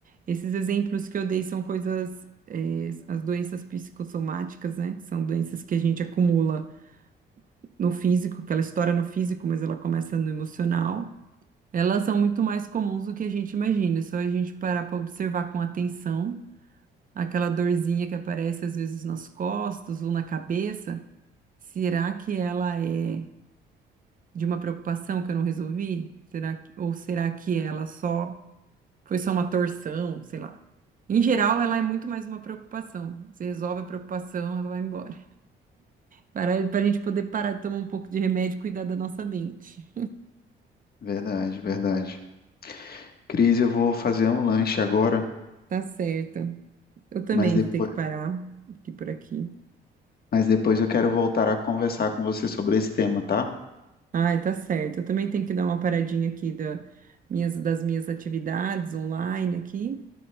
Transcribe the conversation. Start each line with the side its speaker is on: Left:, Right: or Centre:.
Right: Esses exemplos que eu dei são coisas, eh, as doenças psicossomáticas, né? Que são doenças que a gente acumula no físico, que ela estoura no físico, mas ela começa no emocional. Elas são muito mais comuns do que a gente imagina. É só a gente parar para observar com atenção aquela dorzinha que aparece às vezes nas costas ou na cabeça. Será que ela é de uma preocupação que eu não resolvi? Será que, ou será que ela só foi só uma torção, sei lá. Em geral, ela é muito mais uma preocupação. Você resolve a preocupação, ela vai embora. Para, para a gente poder parar de tomar um pouco de remédio e cuidar da nossa mente.
Left: Verdade, verdade. Cris, eu vou fazer um lanche agora,
Right: Tá certo. Eu também
Left: mas depois.
Right: vou ter que parar aqui por aqui.
Left: mas depois eu quero voltar a conversar com você sobre esse tema, tá?
Right: Ai, tá certo. Eu também tenho que dar uma paradinha aqui da, minhas, das minhas atividades online aqui